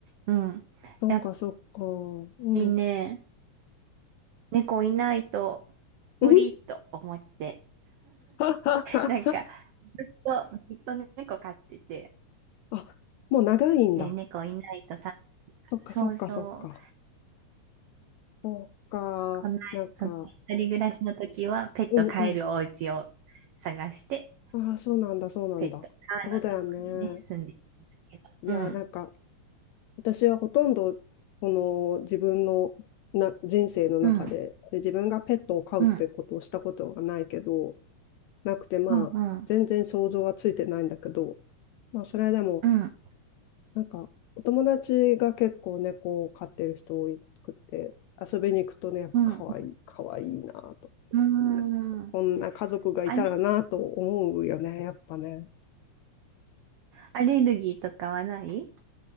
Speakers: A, on the right; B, on the left.
A: うん。
B: そっかそっか。
A: やっぱ
B: うん。
A: りね、猫いないと無理と思って、
B: うん <laughs>
A: なんか、ずっと、ずっと猫飼ってて、
B: あ、もう長いんだ。
A: えー猫いないとさ、
B: そっかそっかそっか。
A: そうそう、
B: そっか。
A: こんな、
B: なんか、
A: その一人暮らしの時はペット飼えるお家を探して、
B: うんうん。ああ、そうなんだ、そうなんだ。
A: ペットがあのところにね、
B: そうだよね。
A: 住んでるんだけど。
B: いや、
A: うん、
B: なんか、私はほとんど、この自分のな人生の中でで、
A: うん、
B: 自分がペットを飼うってことをしたことがないけど、
A: うん、
B: なくて、まあ、
A: うん、うん、
B: 全然想像はついてないんだけど、まあ、それでも、
A: うん、
B: なんか、お友達が結構猫を飼ってる人多くて、遊びに行くとね、やっぱ可愛い、
A: う
B: 可愛いなと。
A: ん、
B: こんな家族がいたらなと思うよね、
A: うん、アレ
B: やっぱね。
A: アレルギーとかはない